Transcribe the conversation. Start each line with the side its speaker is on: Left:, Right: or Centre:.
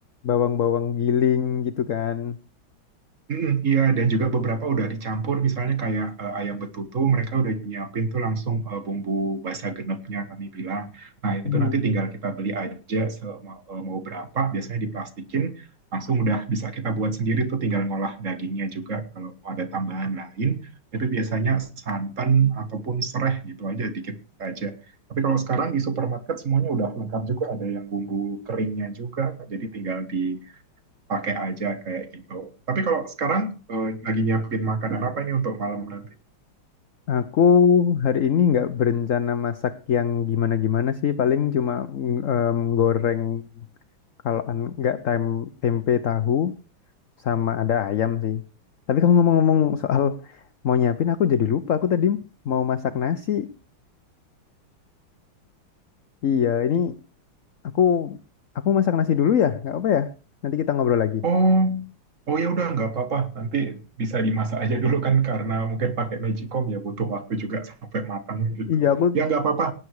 Left: bawang-bawang giling gitu kan.
Right: Mm-mm, iya, dan juga beberapa udah dicampur, misalnya kayak eh, ayam betutu, mereka udah nyiapin tuh langsung eh, bumbu basa genepnya kami bilang. Nah, itu
Left: Hmm.
Right: nanti tinggal kita beli aja se- mau, eh, mau berapa, biasanya diplastikin, langsung udah bisa kita buat sendiri tuh tinggal ngolah dagingnya juga. Kalau ada tambahan lain, itu biasanya santan ataupun sereh gitu aja, dikit aja. Tapi kalau sekarang di supermarket semuanya udah lengkap juga, ada yang bumbu keringnya juga, jadi tinggal di pakai aja kayak gitu. Tapi kalau sekarang eh, lagi nyiapin makanan apa ini untuk malam nanti?
Left: Aku hari ini nggak berencana masak yang gimana-gimana sih, paling cuma mm, em, goreng kalau an- nggak tem tempe tahu sama ada ayam sih. Tapi kamu ngomong-ngomong soal mau nyiapin, aku jadi lupa. Aku tadi mau masak nasi. Iya, ini aku aku masak nasi dulu ya, nggak apa ya. Nanti kita ngobrol lagi.
Right: Oh, oh ya udah nggak apa-apa. Nanti bisa dimasak aja dulu kan karena mungkin pakai magicom ya butuh waktu juga sampai matang gitu.
Left: Iya, aku
Right: Ya nggak apa-apa.